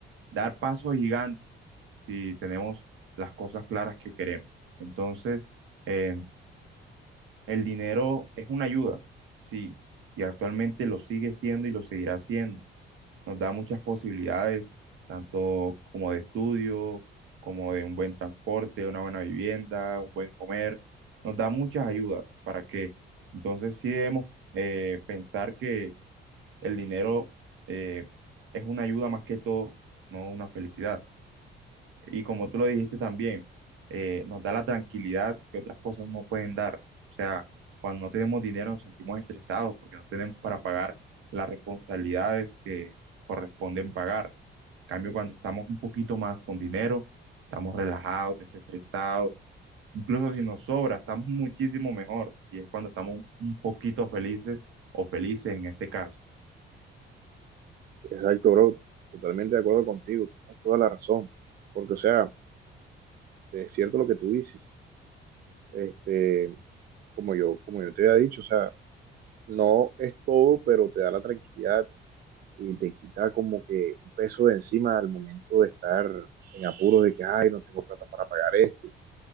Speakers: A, on the right (about 80°); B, on the right (about 50°).
A: dar pasos gigantes si tenemos las cosas claras que queremos. Entonces, em, el dinero es una ayuda, sí, y actualmente lo sigue siendo y lo seguirá siendo. Nos da muchas posibilidades, tanto como de estudio, como de un buen transporte, una buena vivienda, un buen comer. Nos da muchas ayudas. ¿Para qué? Entonces sí debemos eh, pensar que el dinero eh, es una ayuda más que todo, no una felicidad. Y como tú lo dijiste también, eh, nos da la tranquilidad que otras cosas no pueden dar. O sea, cuando no tenemos dinero nos sentimos estresados porque no tenemos para pagar las responsabilidades que corresponden pagar. En cambio, cuando estamos un poquito más con dinero, estamos relajados, desestresados. Incluso si nos sobra, estamos muchísimo mejor. Y es cuando estamos un poquito felices o felices en este caso.
B: Exacto, bro, totalmente de acuerdo contigo, tienes toda la razón, porque, o sea, es cierto lo que tú dices. Este, como yo, como yo te había dicho, o sea, no es todo, pero te da la tranquilidad y te quita como que un peso de encima al momento de estar en apuros de que, ay, no tengo plata para pagar esto,